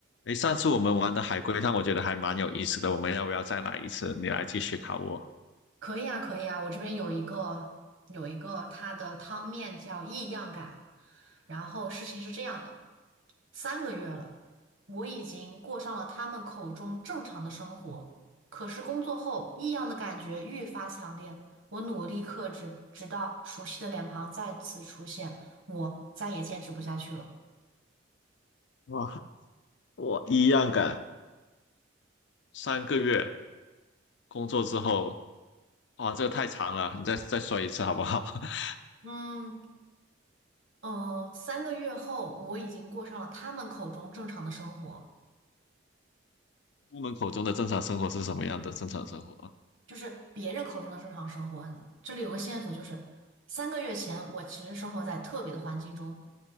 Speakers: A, on the left; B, on the right.
A: 诶，上次我们玩的海龟汤，我觉得还蛮有意思的。我们要不要再来一次？你来继续考我。
B: 可以啊，可以啊，我这边有一个有一个，它的汤面叫异样感。然后事情是这样的，三个月了，我已经过上了他们口中正常的生活。可是工作后，异样的感觉愈发强烈。我努力克制，直到熟悉的脸庞再次出现，我再也坚持不下去了。
A: 哇，我一样敢。三个月工作之后，哇，这个太长了，你再再说一次好不好？<laughs>
B: 嗯呃，三个月后，我已经过上了他们口中正常的生活。
A: 我门口中的正常生活是什么样的？正常生活，
B: 就是别人口中的正常生活。这里有个线索，就是三个月前我其实生活在特别的环境中。